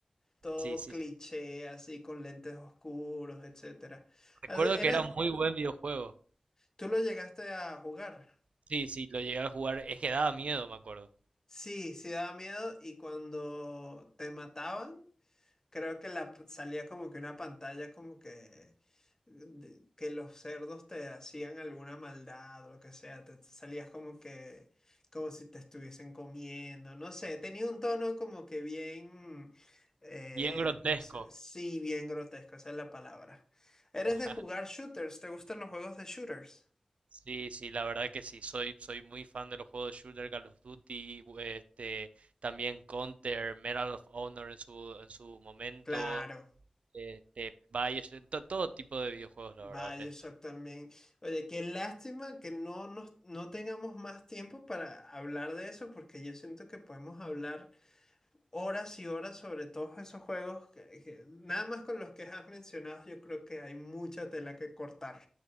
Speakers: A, on the left (about 25°); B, on the right (about 80°).
A: todo
B: Sí, sí,
A: cliché,
B: sí.
A: así con lentes oscuros, etcétera.
B: Recuerdo
A: Ah, ¿Eres,
B: que era un muy buen videojuego.
A: tú lo llegaste a jugar?
B: Sí, sí, lo llegué a jugar. Es que daba miedo, me acuerdo.
A: Sí, sí daba miedo y cuando te mataban Creo que la salía como que una pantalla como que de- que los cerdos te hacían alguna maldad o lo que sea, te te salías como que como si te estuviesen comiendo, no sé, tenía un tono como que bien eh,
B: Bien grotesco.
A: no sé, sí, bien grotesco, esa es la palabra. ¿Eres
B: <laughs>
A: de jugar shooters? ¿Te gustan los juegos de shooters?
B: Sí, sí, la verdad que sí. Soy, soy muy fan de los juegos de shooter, Call of Duty, bu- este, también Counter, Medal of Honor en su, en su momento.
A: Claro.
B: Este, Bioshock, todo tipo de videojuegos, la
A: Vaya,
B: verdad. este.
A: yo también. Oye, qué lástima que no, nos, no tengamos más tiempo para hablar de eso, porque yo siento que podemos hablar horas y horas sobre todos esos juegos que, que- nada más con los que has mencionado, yo creo que hay mucha tela que cortar.